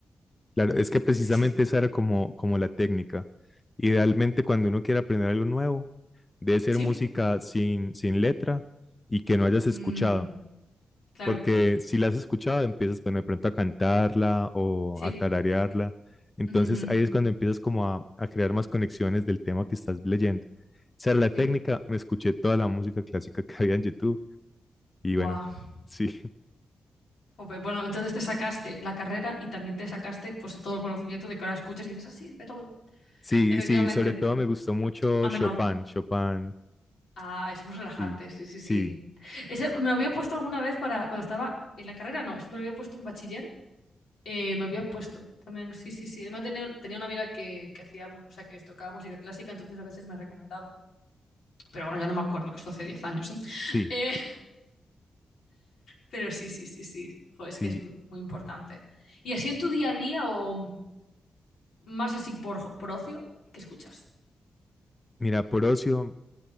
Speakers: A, on the left (about 15°); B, on the left (about 85°).
A: claro, es que precisamente
B: sí, sí,
A: esa era como, como la técnica. Idealmente, cuando uno quiere aprender algo nuevo, Debe ser
B: sí.
A: música sin, sin letra y que no hayas
B: Mm,
A: escuchado,
B: claro,
A: porque si la has escuchado empiezas bueno, de pronto a cantarla o
B: sí.
A: a tararearla. Entonces
B: Ujú, ujú,
A: ahí es cuando empiezas como a, a crear más conexiones del tema que estás leyendo. Esa era la técnica,
B: sí.
A: me escuché toda la música clásica que había en YouTube y
B: Buah.
A: bueno, sí, <laughs>
B: Jope, Bueno, entonces te sacaste la carrera y también te sacaste pues todo el conocimiento de que ahora escuchas y dices, ah, sí, Beethoven.
A: sí,
B: Efectivamente,
A: sí, sobre todo me gustó mucho
B: a menor.
A: Chopin, Chopin,
B: Ah, es muy relajante,
A: sí,
B: sí, sí, sí.
A: sí,
B: Ese me lo había puesto alguna vez para cuando estaba en la carrera, no, esto me lo había puesto en bachiller, eh, me había puesto también, sí, sí, sí. Además tenía, tenía una amiga que, que hacía, mu- o sea, que tocaba música clásica, entonces a veces me recomendaba. Pero bueno, ya no me acuerdo, que esto hace 10 años, ¿eh?
A: sí,
B: <laughs> Eh, pero sí, sí, sí, sí. Jo, es
A: sí.
B: que es muy importante. ¿Y así en tu día a día o...? más así por, por ocio, ¿qué escuchas?
A: Mira, por ocio,